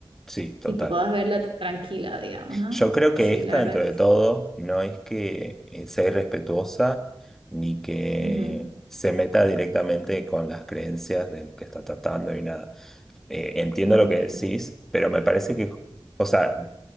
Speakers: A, in the centre; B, on the right.
A: Sí, total.
B: y puedas verla tranquila, digamos, ¿no?
A: Yo creo que
B: Sí,
A: esta,
B: la verdad
A: dentro
B: que
A: de
B: sí.
A: todo, no es que eh, sea irrespetuosa ni que
B: Ujú,
A: se meta directamente con las creencias del que está tratando y nada eh, entiendo
B: ujú,
A: lo que decís, pero me parece que, o sea,